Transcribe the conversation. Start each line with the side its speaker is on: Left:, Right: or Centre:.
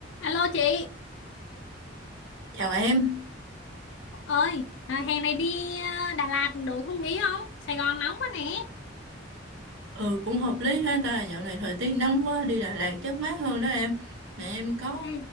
Left: Alo chị
Right: Chào em,
Left: ơi à, hè này đi à, Đà Lạt đổi không khí không Sài Gòn nóng quá nè
Right: ừ cũng hợp lý ha ta, dạo này thời tiết nóng quá, đi Đà Lạt chắc mát hơn đó em. Nè em có
Left: Ừ.